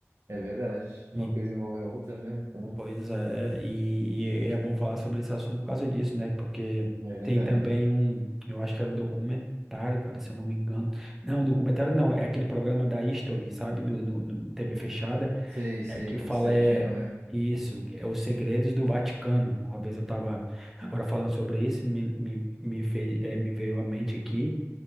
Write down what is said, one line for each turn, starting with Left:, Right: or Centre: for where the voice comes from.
Right: É verdade. Uma
Centre: E-
Right: coisa envolve a outra, né? Então,
Centre: pois é, e, e é bom falar sobre esse assunto por causa disso, né? Porque
Right: é verdade.
Centre: tem também um, eu acho que era um documentário, cara, se eu não me engano. Não, documentário não, é aquele programa da History, sabe? Do, no, no TV fechada
Right: Sei, sei,
Centre: é que fala
Right: History
Centre: é
Right: Channel, né?
Centre: isso, é os segredos do Vaticano. Uma vez eu estava agora falando sobre isso, me, me, me, fez, eh, me veio à mente aqui,